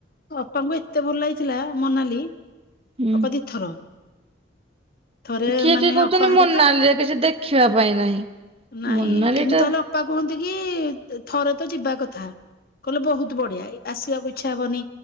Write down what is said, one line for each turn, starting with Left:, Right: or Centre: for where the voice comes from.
Left: ଅପାଙ୍କୁ ଏତେଭଲ ଲାଗିଥିଲା ମନାଲି।
Right: ହୁଁ
Left: ଅପା ଦିଥର ଥରେ
Right: କିଏ
Left: ମାନେ
Right: କିଏ କହୁଛନ୍ତି
Left: ଅପା ହାରିକା
Right: ମୋନାଲିରେ କିଛି ଦେଖିବା ପାଇଁ ନାହିଁ
Left: ନାଇଁ
Right: ମୋନାଲି
Left: କିନ୍ତୁ
Right: ଟା
Left: ତାହେଲେ ଅପା କୁହନ୍ତି କି ଥରେ ତ ଯିବା କଥା କହିଲେ ବହୁତ ବଢିଆ ଆସିବାକୁ ଇଚ୍ଛା ହବନି